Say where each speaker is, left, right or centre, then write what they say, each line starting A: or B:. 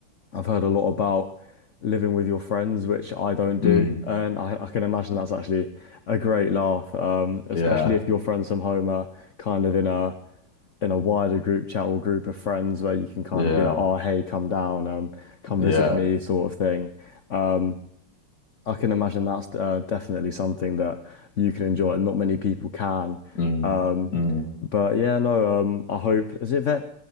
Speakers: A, on the left; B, on the left.
A: I've heard a lot about living with your friends, which I don't do,
B: Mm,
A: and I, I can imagine that's actually a great laugh, um, especially
B: yeah,
A: if your friends from home are kind of in a in a wider group chat or group of friends where you can kind
B: yeah,
A: of be like, oh, hey, come down, um, come
B: yeah.
A: visit me, sort of thing. Um, I can imagine that's uh, definitely something that you can enjoy and not many people can.
B: Mm,
A: Um,
B: mm.
A: but yeah, no, um, I hope, is it vet